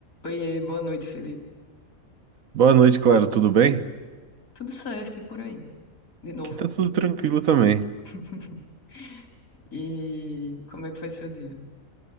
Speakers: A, on the left; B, on the right.
A: Oiê, boa noite, Felipe.
B: Boa noite, Clara, tudo bem?
A: Tudo certo e por aí? De novo.
B: Aqui tá tudo tranquilo também.
A: <laughs> E como é que foi seu dia?